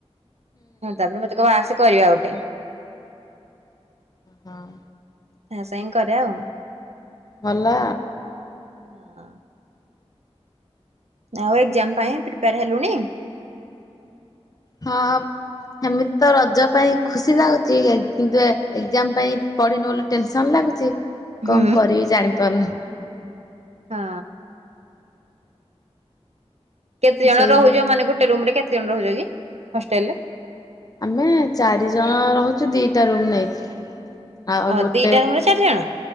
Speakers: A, on the right (about 75°); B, on the left (about 35°).
A: ହଁ ତାପରେ ମତେ କ ବାସ କରିବା ଗୋଟେ
B: ହଁ
A: ତା ସାଙ୍ଗ କରେ ଆଉ
B: ଭଲ
A: ହଁ ଆ ଆଉ ଏକ୍ଜାମ ପାଇଁ ପ୍ରିପେୟାର ହେଲୁଣି
B: ହଁ ସେମିତି ତ ରଜ ପାଇଁ ଖୁସି ଲାଗୁଛି କିନ୍ତୁ ଏଗଜାମ ପାଇଁ ପଢ଼ିନୁ ବୋଲି ଟେନସନ୍ ଲାଗୁଛି
A: ହୁଁ
B: କଣ କରିବି ଜାଣିପାରୁନି।
A: ହଁ କେତେ ଜଣ
B: ସେଇଭଳି
A: ରହୁଛ ମାନେ ଗୋଟେ ରୁମ ରେ କେତେ ଜଣ ରହୁଛ କି ହଷ୍ଟେଲ ରେ
B: ଆମେ ଚାରି ଜଣ ରହୁଛୁ ଦିଟା ରୁମ୍ ନେଇକି। ଆଉ
A: ଅ
B: ଗୋଟେ
A: ଦିଟା ରୁମରେ ଚାରି ଜଣ